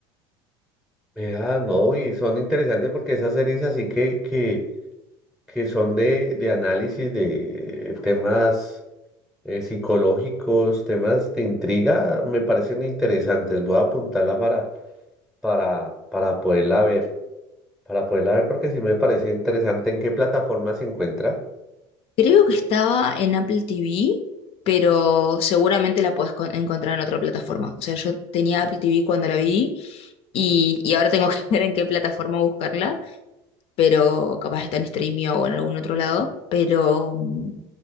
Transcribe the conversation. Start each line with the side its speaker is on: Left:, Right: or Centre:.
Centre: Vea, no, y son interesantes porque esas series así que, que, que son de, de análisis de temas eh, psicológicos, temas de intriga, me parecen interesantes. Voy a apuntarla para, para, para poderla ver, para poderla ver porque sí me parece interesante en qué plataforma se encuentra.
Left: Creo que estaba en Apple TV, pero seguramente la puedes con- encontrar en otra plataforma. O sea, yo tenía Apple TV cuando la vi y, y ahora tengo que <laughs> ver en qué plataforma buscarla, pero capaz está en Streamio o en algún otro lado, pero, mm,